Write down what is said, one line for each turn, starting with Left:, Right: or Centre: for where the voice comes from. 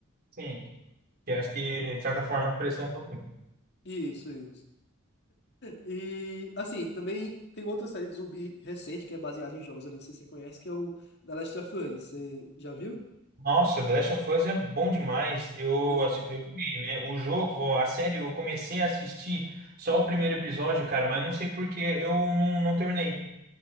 Right: sim, que acho que de certa forma prestou um pouquinho.
Left: Isso, isso. E, assim, também tem outra série de zumbi recente que é baseada em jogos ali, não sei se você conhece, que é o The Last of Us. Você já viu?
Right: Nossa, The Last of Us é bom demais. Eu,
Left: Exato.
Right: assi- eu joguei, né? O jogo, ó, a série, eu comecei a assistir só o primeiro episódio, cara, mas não sei por que eu não, não terminei.